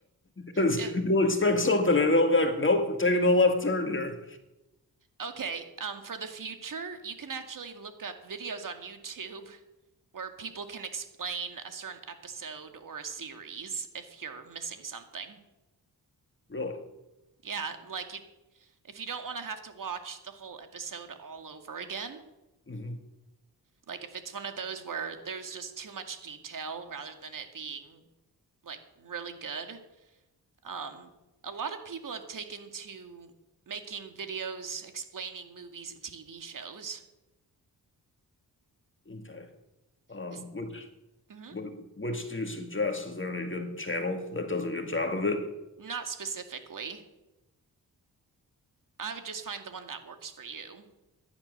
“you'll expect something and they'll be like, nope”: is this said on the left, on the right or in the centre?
Left